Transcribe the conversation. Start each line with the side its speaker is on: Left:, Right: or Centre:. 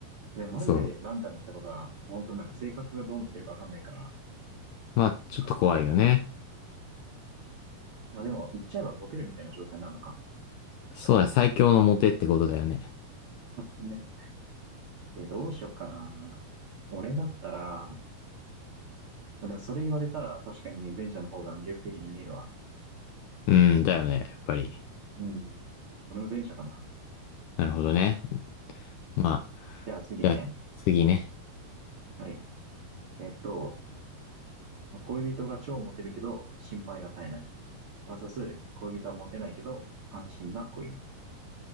Right: で、マジでランダムってことは、
Left: そう。
Right: 本当なんか性格がどうなってるかわかんないから、
Left: まあ、ちょっと怖いよね。
Right: か。まあでも、言っちゃえばモテるみたいな状態になるのか。
Left: そうだね、最強のモテってことだよね。
Right: ね。え、どうしよっかな。俺だったら、まあ、でもそれ言われたら確かにね、前者の方が魅力的に見えるわ。
Left: うん、だよね、やっぱり。
Right: うん。俺も前者かな。
Left: なるほどね。まあ、
Right: じゃあ次ね。
Left: じゃあ次ね。
Right: はい。えっと、恋人が超モテるけど、心配が絶えない。さす恋人はモテないけど、安心な恋人。